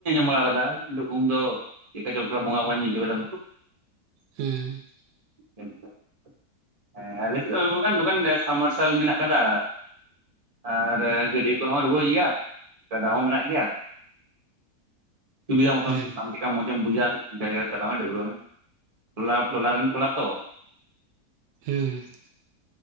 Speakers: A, on the right (about 25°); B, on the right (about 80°).
A: ᱵᱟᱲᱟ ᱟᱠᱟᱫᱟ ᱡᱮ ᱩᱢ ᱫᱚ ᱪᱮᱫᱠᱟ ᱪᱚᱲᱟ ᱵᱚᱸᱜᱟ ᱵᱚᱸᱜᱟᱧ ᱟᱹᱭᱠᱟᱹᱣ ᱠᱮᱫᱟ᱾
B: ᱦᱩᱸ᱾
A: <inaudible> ᱦᱮᱸ ᱟᱞᱮᱥᱮᱫ ᱫᱚ ᱱᱚᱝᱠᱟᱱ ᱱᱚᱝᱠᱟᱱ ᱥᱟᱢᱟᱨᱥᱟᱞ ᱢᱮᱱᱟᱜ ᱟᱠᱟᱫᱟ᱾ ᱟᱨ ᱤᱭᱟᱹ ᱠᱚᱨᱮ ᱦᱚᱸ ᱨᱚᱦᱚᱹᱭ ᱜᱮᱭᱟ ᱜᱟᱰᱟ ᱦᱚᱸ ᱢᱮᱱᱟᱜ ᱜᱮᱭᱟ ᱥᱩᱵᱤᱫᱟ ᱢᱚᱛᱚᱱ᱾
B: ᱦᱩᱸ
A: ᱪᱮᱫ ᱠᱟ ᱢᱚᱸᱡᱽ ᱮᱢ ᱵᱩᱡᱟ ᱡᱟᱭᱟᱨᱮ ᱪᱟᱞᱟᱜ ᱢᱮ ᱰᱟᱹᱵᱽᱨᱟᱹᱜ ᱢᱮ ᱴᱚᱞᱟ ᱴᱚᱞᱟ ᱨᱡᱱ ᱠᱚᱞᱟ ᱛᱚ᱾
B: ᱦᱩᱸ ᱾